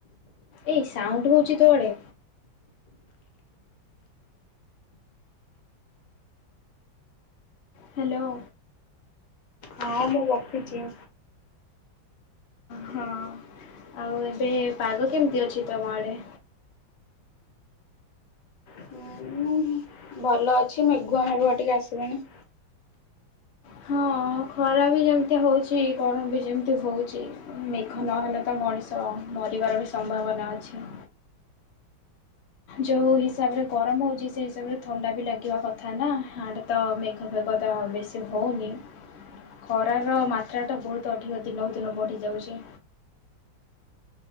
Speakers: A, on the left; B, on the left.
A: ଏଇ ସାଉଣ୍ଡ ହଉଛି ତୋ ଆଡେ। ହ୍ୟାଲୋ।
B: ହଁ ମୁଁ ରଖୁଚି।
A: ହଁ ଆଉ ଏବେ ପାଗ କେମିତି ଅଛି ତମ ଆଡେ?
B: ହଁ ମୁଁ ଭଲ ଅଛି ମେଘୁଆ ମେଘୁଆ ଟିକେ ଆସିଲାଣି।
A: ହଁ ଖରା ବି ଯେମିତି ହଉଛି ଗରମ ବି ଯେମିତି ହଉଛି। ମେଘ ନହେଲେ ତ ମଣିଷ ମରିବାର ବି ସମ୍ଭାବନା ଅଛି। ଯୋଉ ହିସାବରେ ଗରମ ହଉଛି ସେଇ ହିସାବରେ ଥଣ୍ଡା ବି ଲାଗିବା କଥା ନା ଆଡେ ତ ମେଘ ଫେଘ ତ ବେଶୀ ହଉନି। ଖରାର ମାତ୍ରାଟା ବହୁତ ଅଧିକ ଦିନକୁ ଦିନ ବଢ଼ିଯାଉଛି।